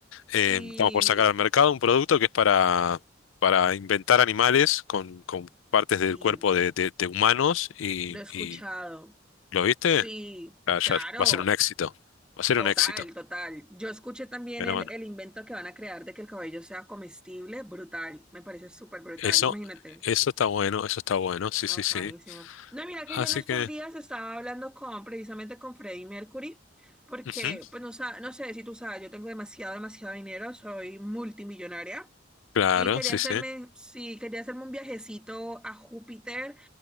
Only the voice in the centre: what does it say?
Sí,
sí,
lo he escuchado.
Sí,
claro,
total,
total. Yo escuché también
el,
el invento que van a crear de que el cabello sea comestible, brutal, me parece súper brutal,
imagínate,
bacanísimo.
No, mira que
yo en estos
días estaba hablando con, precisamente con Freddie Mercury, porque,
pues no, sa- no sé si tú sabes, yo tengo demasiado, demasiado dinero, soy multimillonaria.
Y quería
hacerme,
sí, quería hacerme un viajecito a Júpiter